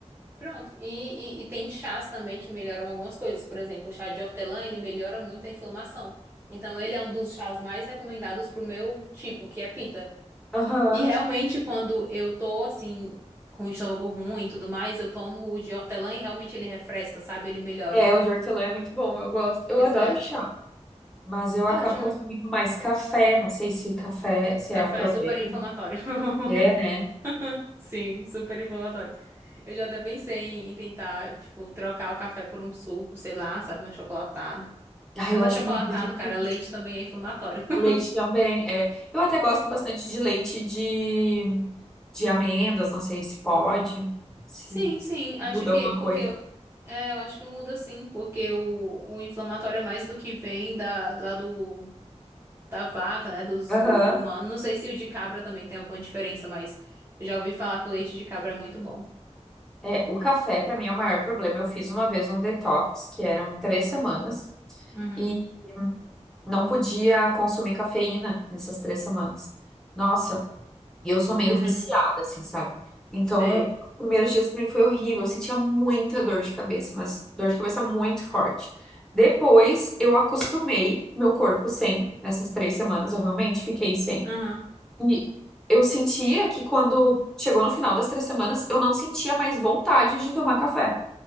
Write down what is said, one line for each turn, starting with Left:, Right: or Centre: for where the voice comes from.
Right: pronto. E, e, e tem chás também que melhoram algumas coisas. Por exemplo, o chá de hortelã, ele melhora muito a inflamação. Então, ele é um dos chás mais recomendados pro meu tipo, que é pita.
Centre: Aham.
Right: E realmente, quando eu tô assim, com o estômago ruim e tudo mais, eu tomo o de hortelã e realmente ele refresca, sabe? Ele melhora.
Centre: É, o de hortelã é muito bom, eu gosto. Eu
Right: Pois
Centre: adoro
Right: é.
Centre: chá, mas eu acabo
Right: Ótimo.
Centre: consumindo mais café, não sei se café, se
Right: Café
Centre: é um problema.
Right: é super inflamatório. <laughs>
Centre: É, né?
Right: Sim, super inflamatório. Eu já até pensei em em tentar, tipo, trocar o café por um suco, sei lá, sabe, um achocolatado.
Centre: Ah,
Right: Mas
Centre: eu acho
Right: achocolatado,
Centre: muito difícil.
Right: cara, leite também é inflamatório. <laughs>
Centre: Leite também, é. Eu até gosto bastante de leite de, de amêndoas, não sei se pode. Sim.
Right: Sim, sim, acho
Centre: muda
Right: que,
Centre: alguma
Right: porque,
Centre: coisa.
Right: é, eu acho que muda sim, porque o, o inflamatório é mais do que vem da, lá do, da vaca, né, dos,
Centre: Aham.
Right: do, do humano. Não sei se o de cabra também tem alguma diferença, mas eu já ouvi falar que o leite de cabra é muito bom.
Centre: É, o café pra mim é o maior problema. Eu fiz uma vez um detox, que eram três semanas,
Right: Uhum.
Centre: e não podia consumir cafeína nessas três semanas. Nossa, e eu sou meio
Right: <laughs>
Centre: viciada, assim, sabe? Então,
Right: Sei.
Centre: os primeiros dias pra mim foi horrível. Eu sentia muita dor de cabeça, mas dor de cabeça muito forte. Depois, eu acostumei meu corpo sem, nessas três semanas, eu realmente fiquei sem.
Right: Aham,
Centre: E eu sentia que quando chegou no final das três semanas, eu não sentia mais vontade de tomar café.